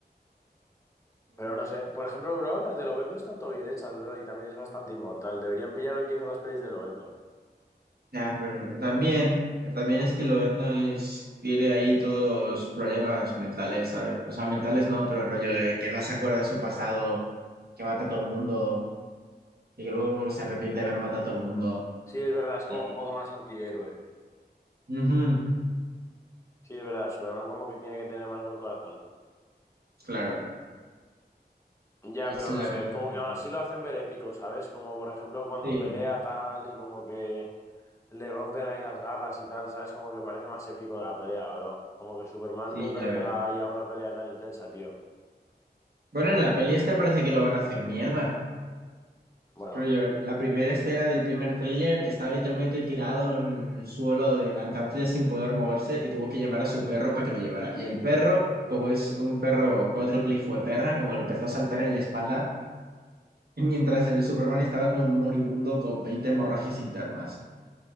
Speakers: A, on the left; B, on the right.
A: Pero no sé, por ejemplo, bro, las de Lobezno están todo bien hechas, bro, y también es bastante inmortal. Deberían pillar al que hizo las pelis de Lobezno.
B: Ya, pero también, también es que lo etno es tiene ahí todos los problemas mentales, ¿sabes? O sea, mentales no, pero el rollo de que no se acuerda de su pasado, que mata a todo el mundo, y que luego como que se arrepiente de haber matado a todo el mundo.
A: Sí, es verdad, es como
B: La típica.
A: un poco más antihéroe.
B: Ujú,
A: Sí, es verdad, Superman como que tiene que tener más buen corazón.
B: Claro,
A: Ya,
B: esa
A: pero no
B: es la
A: sé,
B: cosa.
A: como
B: creo
A: que aún así lo hacen ver épico, ¿sabes? Como por ejemplo cuando
B: Sí,
A: pelea tal y como que le rompen ahí las garras y tal, ¿sabes? Como que parece más épico la pelea, bro. Como que Superman
B: sí,
A: nunca
B: ya
A: llega
B: ves.
A: ahí a una pelea tan intensa, tío.
B: Bueno, en la peli esta parece que lo van a hacer mierda.
A: Bueno,
B: Rollo, la primera escena del primer tráiler estaba literalmente tirado en el suelo de la Antártida sin poder moverse y tuvo que llamar a su perro para que lo llevara. Y el perro, como es un perro cuádruple hijo de perra, como que le empezó a saltar en la espalda <laughs> y mientras el Superman estaba como moribundo con 20 hemorragias internas.